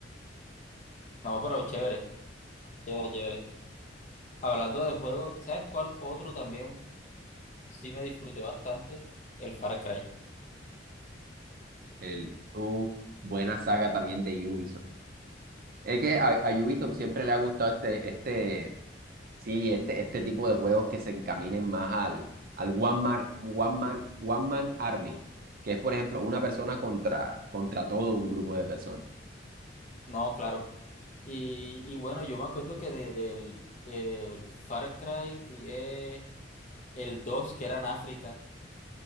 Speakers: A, on the left (about 40°); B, on the right (about 50°).
A: No, pero chévere, chévere, chévere. Hablando de juegos, ¿sabes cuál otro también sí me disfruté bastante? El Far Cry.
B: El, uf, buena saga también de Ubisoft. Es que a, a Ubisoft siempre le ha gustado este, este Sí, este, este tipo de juegos que se encaminen más al, al One Man, One Man, One Man Army, que es, por ejemplo, una persona contra, contra todo un grupo de personas.
A: No, claro. Y, y bueno, yo me acuerdo que de- del, del Far Cry jugué el 2 que era en África.